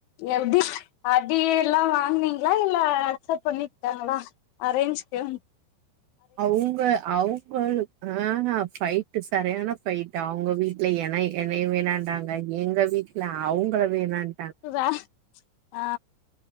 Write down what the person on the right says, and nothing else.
அவுங்க அவுங்களு ஆஹ்ஹ ஃபைட்டு சரியான ஃபைட் அவங்க வீட்ல என்னை என்னைய வேணாண்றாங்க எங்க வீட்டுல அவங்கள வேணான்